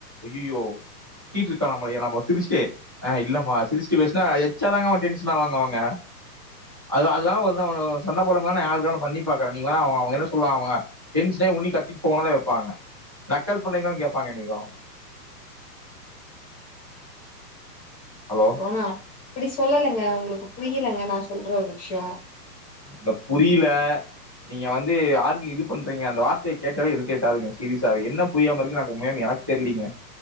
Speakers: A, on the right; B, on the left.
A: ஐயையோ திட்டிட்டு இருக்னமா நாம எங்க சிரிச்சிட்டு இல்லம்மா எங்க சிரிச்சிட்டு பேசினா வச்சா தாங்க டென்ஷன் ஆவாங்க அவங்க அது அ அதெல்லாம் வ அவன் சொந்த ம போலமான நான் ஆய்க பண்ணி பாறேன் நீ வேணா அவங்க அவங்க என்ன சொல்லலாம் அவங்க டென்ஷனே உன்னண்ணி கத்திட்டு போனதான் வைப்பாங்க நக்கல் பண்ணைங்களனு கேட்பாங்க நீங்க அவங்க ஹலோ
B: யோ நா அப்படி சொல்லலங்க புரியலங்க நா சொல்ற ஒரு விஷயோ
A: இந்த புரியல நீங்க வந்து யாருக்கு இது பண்றீங்க அந்த வார் த்த கேட்டாலே இரிடேட் ஆகுதுங்க சீரியஸவே என்ன புரியாம இருக்கு நாங்க உன்மையாமே எனக்கு தெரியலீங்க